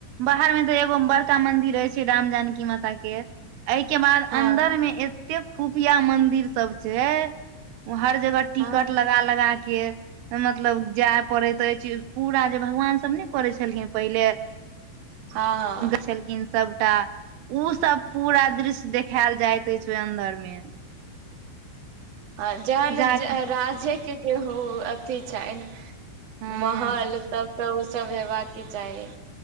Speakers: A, on the right; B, on the right.
A: बाहर मे तऽ एगो बड़का मंन्दिर रहै छै राम जानकी माता के एहि के बाद
B: हँ
A: अन्दर मे एते खुफिया मंदिर सब छै हर जगह
B: हँ
A: टिकट लगा लगा के मतलब जाय पड़ति अछि चीज पूरा जे भगवान सब नय करै छलखिन पहिले
B: हँ
A: छलखिन सबटा उ सब पूरा दृश्य देखायल जाइत अछि ओई अन्दर मे
B: आ जहन
A: जाके
B: जे राजे जे अथी छनि
A: हँ
B: महल तब तऽ ओ सब हे बाके चाही